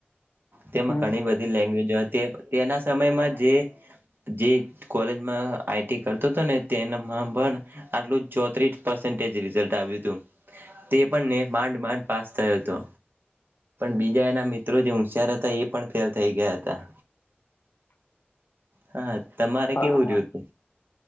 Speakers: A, on the right (about 60°); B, on the left (about 60°).
A: તેમાં
B: હમ
A: ઘણી બધી લેંગ્વેજ હોય તે ના સમયમાં જે કોલેજમાં આઈટી કરતો હતો, ને તેનામાં પણ આટલું ચોત્રીસ પ રઝલ્ટ આવ્યું હતું તે પણ માંડ માંડ પાસ થયો હતો, પણ એના મિત્રો જે હોુશયાર હતા એ પણ ફેલ થઈ ગયા હતા. કત્તા હ તમારકે
B: હા
A: ઉ
B: હા
A: રયુ